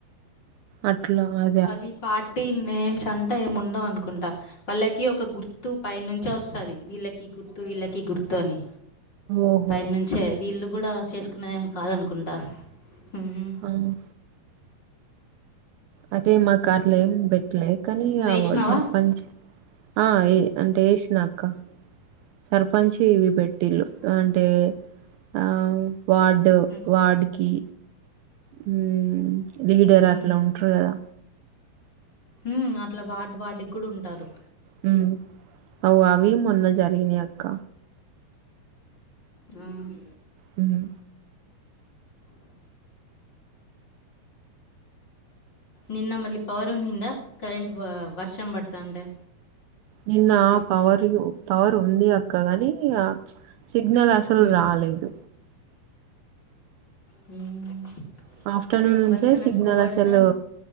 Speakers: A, on the right; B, on the left.
A: అట్లా మరి
B: అది పార్టీ నేమ్స్ అంటా ఏం ఉండవు అనుకుంటా వాళ్ళకి ఒక గుర్తు పై నుంచే వస్తది వీళ్ళకి గుర్తు వీళ్ళకి గుర్తు అని
A: ఓహో
B: పైన నుంచే వీళ్ళు కూడా చేసుకునేదేం కాదనుకుంటా హ్మ్
A: అవునా అదే మా కట్లే ఏం బేట్లే కానీ ఇగ
B: నువ్వు ఏసినావా?
A: సర్పంచ్ ఆ ఏ అంటే ఏశినక్క సర్పంచ్ ఇవి బెట్ టిలు
B: ఏసినావా?
A: అంటే ఆ వార్డు
B: హ్మ్.
A: వార్డుకి హ్మ్ లీడర్
B: హ్మ్.
A: అట్లా ఉంట్రు కదా
B: హ్మ్ అట్లా వార్డ్ వార్డ్ కి కూడా ఉంటారు
A: హ్మ్ అవు అవి మొన్న జరిగినయి అక్క
B: హ్మ్
A: హ్మ్
B: నిన్న మళ్ళీ పవర్ ఉండిందా కరెంట్ వర్షం పడతాంటే
A: నిన్న పవర్ పవర్ ఉంది అక్కగాని ఇగ ప్చ్ సిగ్నల్ అసలు
B: హ్మ్.
A: రాలేదు
B: హ్మ్
A: ఆఫ్టర్నూన్
B: అదే ఇంక
A: నుంచే
B: వర్షం
A: సిగ్నల్
B: ఎక్కువ పడితే
A: అసలు